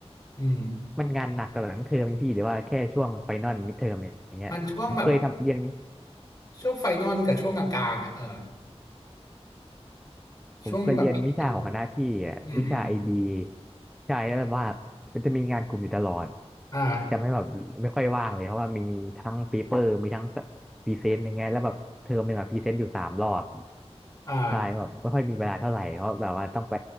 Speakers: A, on the left (about 35°); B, in the centre.
A: อืม
B: มันงานหนักตลอดทั้งเทอมไหมพี่หรือว่าแค่ช่วงไฟนอลมิดเทอมอะไรอย่างเงี้ยผมเคยทำเรียน
A: มันช่วงแบบช่วงไฟนอลกับช่วงกลางๆอ่ะเออ
B: ผมเคยเรียนวิชาของคณะพี่อ่ะวิชาไอดี
A: ช่วงแบบปิดเทอมอืมอืม
B: ใช่แล้วแบบว่ามันจะมีงานกลุ่มอยู่ตลอด
A: อ่า
B: จำให้แบบไม่ค่อยว่างเลยเพราะว่ามีทั้งเปีเปอร์มีทั้งพรีเซนต์อย่างเงี้ยแล้วแบบเทอมหนึ่งอะพรีเซนต์อยู่สามรอบ
A: อ่า
B: ใช่แบบไม่ค่อยมีเวลาเท่าไหร่เพราะแบบว่าต้องไป